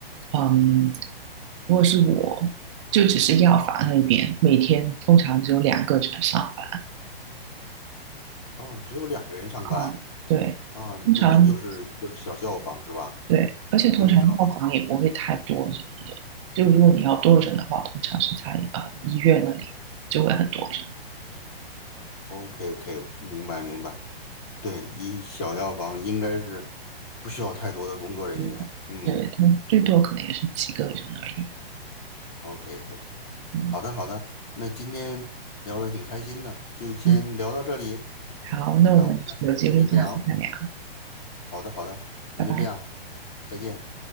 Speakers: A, on the right; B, on the left.
A: 嗯，如果是我就只是药房那边，每天通常只有两个人上班，
B: 哦，只有两个人上班
A: 嗯，对，
B: 啊，
A: 通常。
B: 那就是就是小药房是吧？
A: 对，而且通常药房也不会太多人的，
B: 私人药房
A: 就如果你要多人的话，通常是在呃医院那里就会很多人。
B: ，OK OK，明白明白。对，一小药房应该是不需要太多的工作人员。
A: 嗯，
B: 嗯
A: 对，他们最多可能也是几个人而已。
B: ，OK OK，
A: 嗯
B: 好的好的，那今天聊得挺开心的，就先聊到这里，
A: 嗯，好，那我们有机会下次再聊，
B: 然后我们下次接着聊。好的好的，那就这样，
A: 拜拜。
B: 再见。